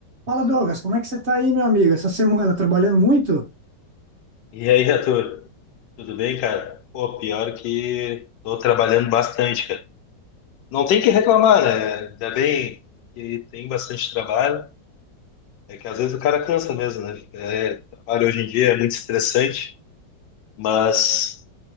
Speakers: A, on the right; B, on the left.
A: Fala, Douglas, como é que você está aí, meu amigo? Essa semana trabalhando muito?
B: E aí, Arthur, tudo bem, cara? Pô, pior que tô trabalhando bastante, cara. Não tem que reclamar, né? Ainda bem que tem bastante trabalho. É que às vezes o cara cansa mesmo, né? É, trabalho hoje em dia é muito estressante, mas